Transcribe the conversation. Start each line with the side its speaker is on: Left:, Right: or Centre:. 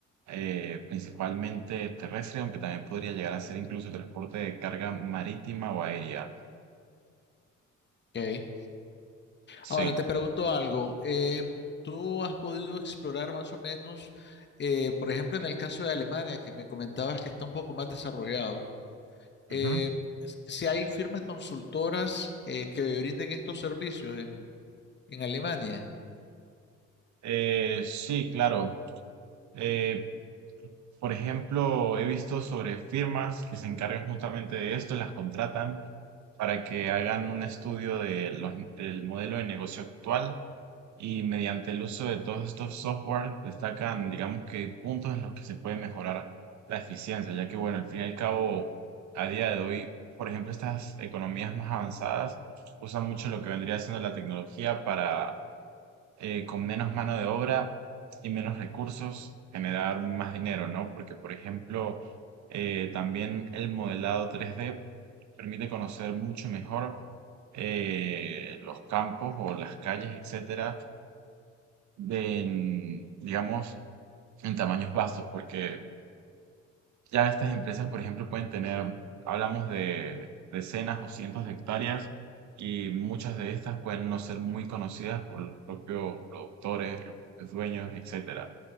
Right: eh, principalmente terrestre, aunque también podría llegar a ser incluso transporte de carga marítima o aérea.
Left: Ok.
Right: Sí.
Left: Ahora te pregunto algo. eh, ¿tú has podido explorar más o menos, eh, por ejemplo, en el caso de Alemania, que me comentabas que está un poco más desarrollado, eh,
Right: Ujú.
Left: s- si hay firmas consultoras eh, que brinden estos servicios en, en Alemania?
Right: Eh, sí, claro. Eh, por ejemplo, he visto sobre firmas que se encargan justamente de esto, las contratan para que hagan un estudio de los- del modelo de negocio actual y mediante el uso de todos estos softwares destacan, digamos que puntos en los que se puede mejorar la eficiencia, ya que bueno, al fin y al cabo, a día de hoy, por ejemplo, estas economías más avanzadas usan mucho lo que vendría siendo la tecnología para eh, con menos mano de obra y menos recursos generar más dinero, ¿no? Porque, por ejemplo, eh, también el modelado tres d permite conocer mucho mejor eh, los campos o las calles, etcétera de en, digamos, en tamaños vastos, porque ya estas empresas, por ejemplo, pueden tener, hablamos de decenas o cientos de hectáreas y muchas de estas pueden no ser muy conocidas por los propios productores, los propios dueños, etcétera.